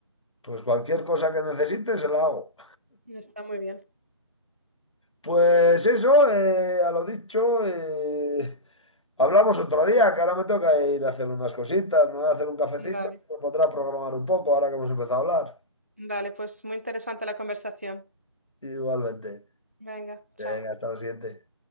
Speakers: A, on the left; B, on the right.
A: pues cualquier cosa que necesite se la hago.
B: Está muy bien.
A: Pues eso, eh, a lo dicho. eh, Hablamos otro día, que ahora me toca ir a hacer unas cositas, me voy a hacer un cafecito,
B: Vale.
A: me podrá programar un poco ahora que hemos empezado a hablar.
B: Dale, pues muy interesante la conversación.
A: Igualmente.
B: Venga,
A: Venga,
B: chao.
A: hasta la siguiente.